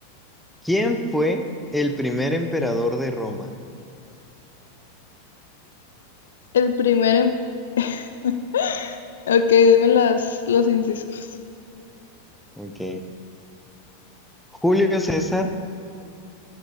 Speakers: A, in the centre; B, on the left.
A: ¿quién fue el primer emperador de Roma?
B: El primer... em- <laughs> Ok, dime las, los incisos.
A: Ok. ¿Julio César,